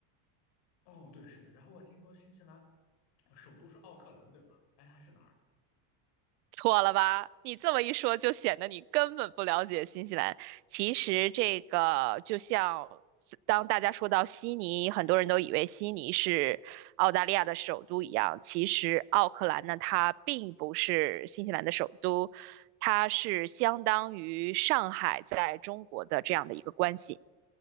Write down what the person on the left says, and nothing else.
哦，对，是的，然后我听说新西兰呃首都是奥克兰，对吗？哎，还是哪儿？